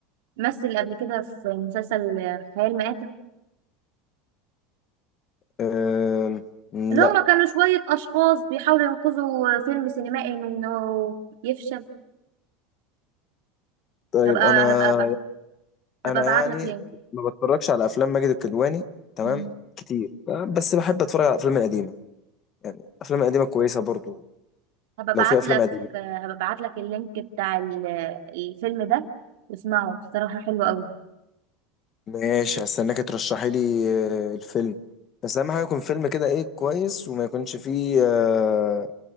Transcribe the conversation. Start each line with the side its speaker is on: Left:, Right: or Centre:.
Right: مثل قبل كده في مسلسل خيال مآت
Left: آم،
Right: اللي هما
Left: لا
Right: كانوا شوية أشخاص بيحاولوا ينقذوا فيلم سينمائي من إنه يفشل
Left: طيب
Right: هبقى
Left: انا
Right: هبقى هبقى, هبقى
Left: انا
Right: أبعت
Left: يعني
Right: لك لينك
Left: ما بتفرجش على افلام ماجد الكدواني تمام
Right: مم.
Left: كتير بس بحب اتفرج على الافلام القديمة يعني الافلام القديمة كويسة برضو
Right: هبقى أبعت
Left: لو في افلام
Right: لك
Left: قديمه
Right: هبقى أبعت لك اللينك بتاع ال- الفيلم ده واسمعه صراحة حلو قوي
Left: ماشي هستناك ترشحي لي آه، الفيلم بس اهم حاجه يكون فيلم كده ايه كويس وما يكونش فيه آه،